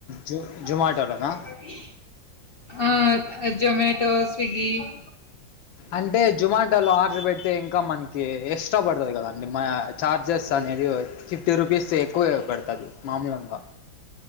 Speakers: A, on the left (about 80°); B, on the left (about 60°).
A: జు
B: ఆ
A: జొమాటోలోనా
B: బస్సు టికెట్ వని ఆ జోమాటో స్వీట్
A: అంటే జోమాటోలో ఆర్డర్ బెడితే ఇంకా మనకి ఎక్స్ట్రా పడతది కదండి మా చార్జెస్ అనేది ఫిఫ్టీ రూపీస్ ఎక్కువగ పెడతాది మామూల్గంత